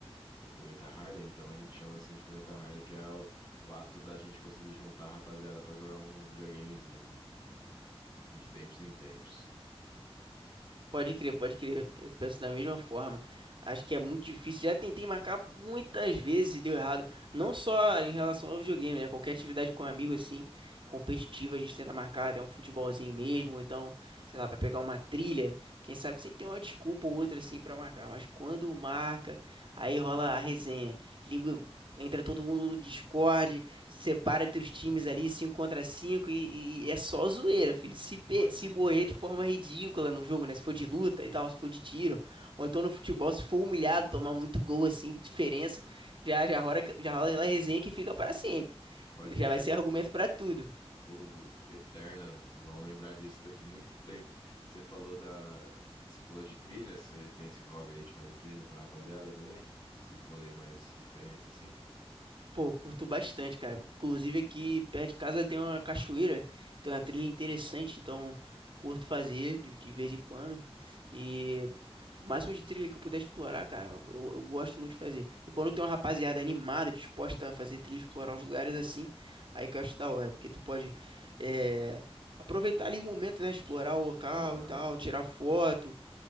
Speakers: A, on the left; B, on the right.
A: O Cometa Harley, então a gente chama assim de Cometa Harley, que é o, o ato da gente conseguir juntar a rapaziada pra jogar um videogamezinho, mano. De tempos em tempos.
B: Pode crer, pode crer. Eu penso da mesma forma. Acho que é muito difícil. Já tentei marcar muitas vezes e deu errado. Não só em relação ao videogame, né? Qualquer atividade com um amigo assim, competitiva, a gente tenta marcar até um futebolzinho mesmo, ou então, sei lá, pra pegar uma trilha. Quem sabe sempre tem uma desculpa ou outra assim pra marcar, mas quando marca, aí rola a resenha. Liga, entra todo mundo no Discord, Separa entre os times
A: <laughs>
B: ali, 5 contra 5 e, e é só zoeira, filho. Se, pe-
A: Pode
B: se morrer
A: crer.
B: de forma ridícula no jogo, né? Se for de luta e tal, se for de tiro, ou então no futebol, se for humilhado, tomar muito gol assim, diferença, já, já rola, já rola aquela resenha que fica para sempre.
A: Pode
B: Já
A: crer.
B: vai ser argumento para tudo.
A: O Eterna, vão lembrar disso daqui muito tempo. Você falou da, você falou de trilha, você tem esse hobby aí de fazer trilha com a rapaziada também? Esses rolês mais diferentes assim?
B: Pô, curto bastante, cara. Inclusive aqui perto de casa tem uma cachoeira, tem uma trilha interessante, então curto fazer de, de vez em quando. E O máximo de trilha que eu puder explorar, cara, eu, eu gosto muito de fazer. E quando tem uma rapaziada animada, disposta a fazer trilha, explorar os lugares assim, aí que eu acho da hora, porque tu pode eh, aproveitar ali o momento, né? Explorar o local
A: Aham,
B: e tal, tirar foto